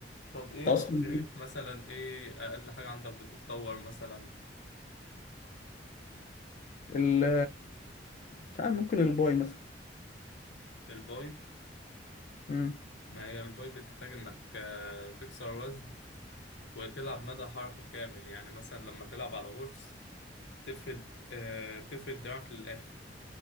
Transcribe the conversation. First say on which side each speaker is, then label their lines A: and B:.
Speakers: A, on the left; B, on the left.
A: طب إيه
B: انت اصلا
A: أنت شايف مثلا إيه أقل حاجة عندك بتتطور مثلا
B: ال مش عارف ممكن الباي مثلا
A: الباي
B: امم
A: ما هي الباي بتحتاج إنك آه، تكسر وزن وتلعب مدى حركي كامل يعني مثلا لما تلعب على هورس تفرد آه، تفرد دراعك للآخر